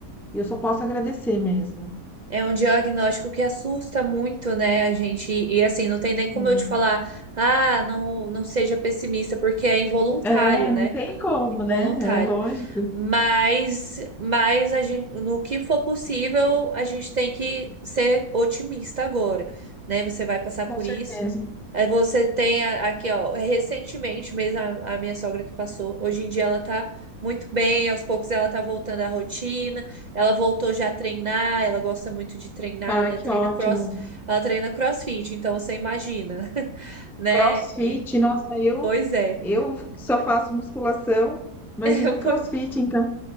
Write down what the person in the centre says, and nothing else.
e eu só posso agradecer mesmo.
Hum.
É,
não tem como,
né? É lógico.
Com
certeza.
Ai,
que
ótimo.
CrossFit,
nossa, eu
eu só faço musculação. Imagina
CrossFit, então.